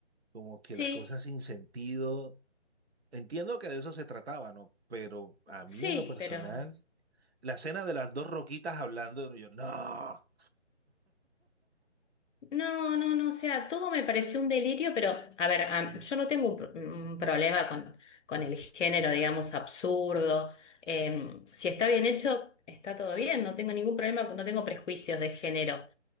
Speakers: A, on the right; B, on the left.
A: como que
B: Sí,
A: las cosas sin sentido. Entiendo que de eso se trataba, ¿no? Pero a mí
B: sí,
A: en lo personal,
B: pero.
A: la escena de las dos roquitas hablando, yo, no.
B: No, no, no, o sea, todo me pareció un delirio, pero a ver, a- yo no tengo un, pro- un problema con, con el género, digamos, absurdo. Eh, si está bien hecho, está todo bien, no tengo ningún problema, no tengo prejuicios de género.